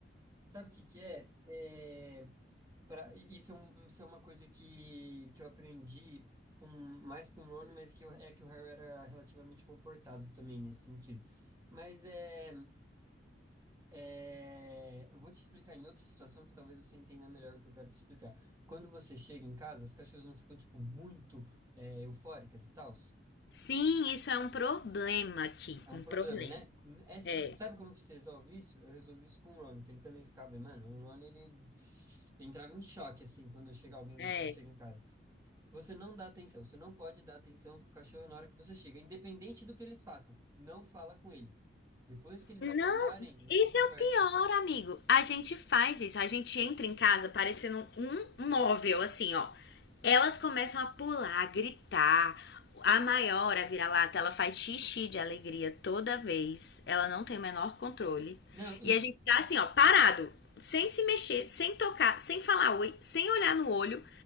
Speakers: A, on the right; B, on the left.
A: Sabe o que que é? É, pra, isso, é um- isso é uma coisa que, que eu aprendi com, mais com o Rony, mas que eu- é que o Harry era relativamente comportado também nesse sentido. Mas é, é, eu vou te explicar em outra situação que talvez você entenda melhor o que eu quero te explicar. Quando você chega em casa, as cachorras não ficam, tipo, muito é, eufóricas e tal?
B: Sim, isso é um problema aqui.
A: É um
B: Um
A: problema,
B: problema.
A: né? É- sabe
B: É,
A: como que se resolve isso? Eu resolvi isso com o Ron, que ele também ficava, mano, o Ron, ele entrava em choque, assim, quando chega alguém,
B: é.
A: chega em casa. Você não dá atenção, você não pode dar atenção pro cachorro na hora que você chega, independente do que eles façam. Não fala com eles. Depois que eles
B: Não,
A: acalmarem, você
B: esse
A: conversa.
B: é o pior, amigo. A gente faz isso, a gente entra em casa parecendo um móvel, assim, ó. Elas começam a pular, a gritar. A maior, a vira-lata, ela faz xixi de alegria toda vez. Ela não tem o menor controle.
A: Não,
B: E a gente tá assim, ó, parado, sem se mexer, sem tocar, sem falar oi, sem olhar no olho.